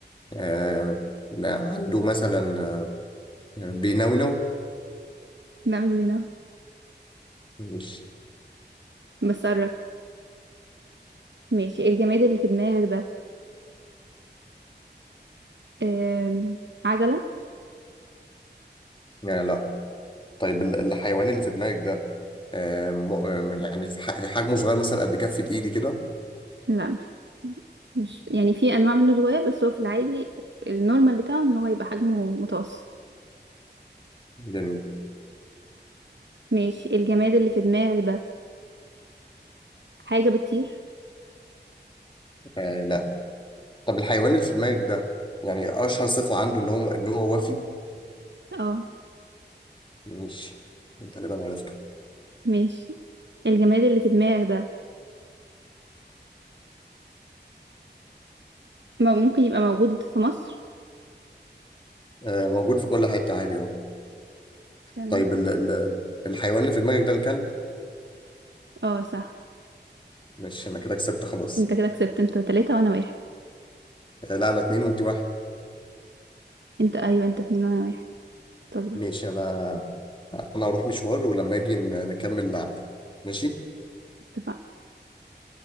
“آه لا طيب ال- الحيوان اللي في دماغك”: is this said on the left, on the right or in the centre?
Left